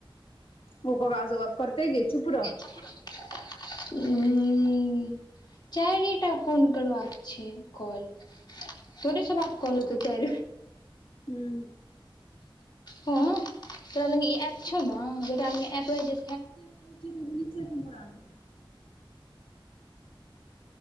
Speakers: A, on the left; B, on the left.
A: ओ कगाज वगाब करते गे चुप रह
B: हं चारेटाफोन करबाक छै कॉल थोड़ेसँ बात कल तऽ चा
A: हूँ
B: हँ तोरा ल ई एप छौ ने जे ल ए
A: <unintelligible>